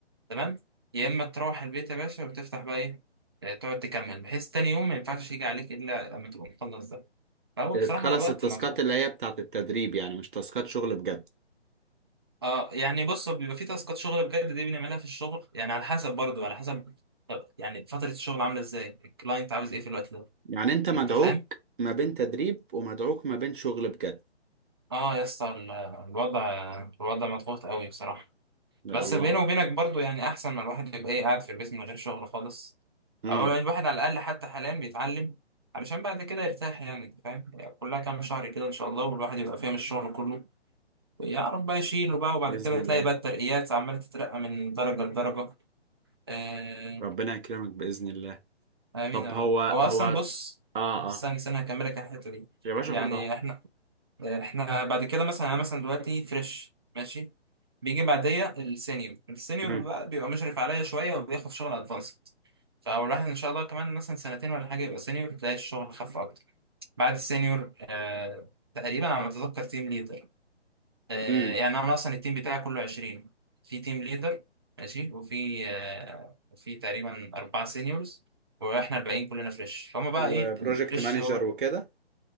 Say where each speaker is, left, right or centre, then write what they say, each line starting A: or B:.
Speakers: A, on the right; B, on the right.
A: تمام يا اما تروح البيت يا باشا وتفتح بقى ايه آه، تقعد تكمل بحيث تاني يوم ما ينفعش يجي عليك الا لما تبقى مخلص ده فهو بصراحه
B: تخلص
A: الوقت
B: التاسكات
A: مضغوط
B: اللي هي بتاعت التدريب يعني مش تاسكات شغل بجد
A: اه يعني بص بيبقى في تاسكات شغل بجد دي بنعملها في الشغل يعني على حسب برضو على حسب طب يعني فترة الشغل عاملة ازاي الكلاينت عاوز ايه في الوقت ده
B: يعني انت مدعوك
A: انت فاهم
B: ما بين تدريب ومدعوك ما بين شغل بجد
A: اه يا اسطى ال- الوضع الوضع مضغوط قوي بصراحة
B: يا
A: بس
B: الله
A: بيني وبينك برضو يعني احسن ما الواحد يبقى ايه قاعد في البيت من غير شغل خالص
B: امم
A: او يعني الواحد على الاقل حتى حاليا بيتعلم علشان بعد كده يرتاح يعني انت فاهم يعني كلها كام شهر كده ان شاء الله والواحد يبقى فاهم الشغل كله ويعرف بقى يشيله بقى وبعد
B: باذن
A: كده
B: الله
A: تلاقي بقى الترقيات عمالة تترقى من درجة لدرجة آه،
B: ربنا يكرمك باذن الله
A: امين
B: طب
A: يا رب
B: هو
A: هو اصلا
B: هو
A: بص
B: اه
A: استنى
B: اه
A: استنى هكملك على الحته دي
B: يا باشا
A: يعني
B: خد راحتك
A: احنا احنا بعد كده مثلا انا مثلا دلوقتي فريش ماشي بيجي بعديا السينيور السينيور
B: امم
A: بقى بيبقى مشرف عليا شويه وبياخد شغل ادفانسد فالواحد ان شاء الله كمان مثلا سنتين ولا حاجه يبقى سينيور تلاقي الشغل خف اكتر بعد السينيور آه تقريبا على ما اتذكر تيم ليدر آه،
B: امم
A: يعني انا اصلا التيم بتاعي كله 20 في تيم ليدر ماشي وفي آه، في تقريبا اربعه سينيورز واحنا الباقيين كلنا فريش فهم بقى
B: وبروجكت
A: ايه فريش
B: مانجر
A: هو
B: وكده